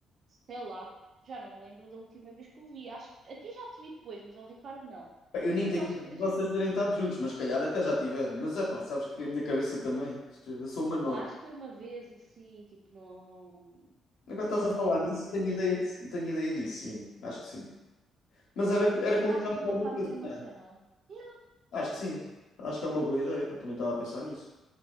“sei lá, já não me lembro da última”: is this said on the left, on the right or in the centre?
Right